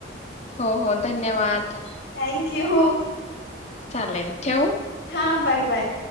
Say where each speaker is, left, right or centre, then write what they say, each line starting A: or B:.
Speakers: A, on the left; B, on the left.
A: हो हो धन्यवाद.
B: Thank you.
A: चालेल ठेउ?
B: हा बाय बाय.